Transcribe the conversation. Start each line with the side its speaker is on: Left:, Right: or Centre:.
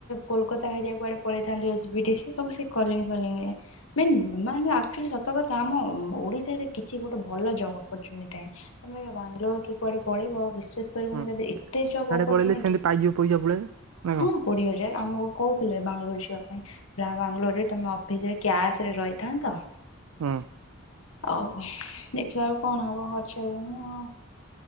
Left: କୋଲକାତା ହେରିକା କୁଆଡେ ପଳେଇଥାନ୍ତି ଏଶ୍ ପି ଡି ସି ସବୁ ସେଇ କଲିଙ୍ଗି ଫଲିଙ୍ଗି ରେ ନାଇ ମାନେ ଆକ୍ଚୁଆଲି ସତକଥା ଆମ ଓଡ଼ିଶାରେ କିଛି ଗୋଟେ ଭଲ ଜବ୍ ଅପର୍ଚ୍ୟୁନିଟି ତମେ ବାଙ୍ଗଲୋ କି କୁଆଡେ ପଢିବ ବିଶ୍ୱାସ କରିବନି
Right: ହୁଁ
Left: ତା ଦେହରେ ଏତେ ଜବ୍
Right: ହାଡେ
Left: ଅପରଚୁନିଟି
Right: ପଳେଇଲେ ସେମିତି ପାଇଯିବ ପଇସା ପଳେଇ ନା
Left: ହଁ
Right: କଣ?
Left: କୋଡିଏ ହଜାର ଆମକୁ କହୁଥିଲେ ବାଙ୍ଗାଲୋର ଯିବା ପାଇଁ। ବ୍ରା ବାଙ୍ଗଲୋର ରେ ତମେ ଅଫିସିରେ କ୍ୟାସ ରେ ରହିଥାନ୍ତ।
Right: ହୁଁ।
Left: ଆଉ ଦେଖିବାକୁ କଣ ହବ ଘରେ ଛାଡ଼ିଲେଣି ଆଉ।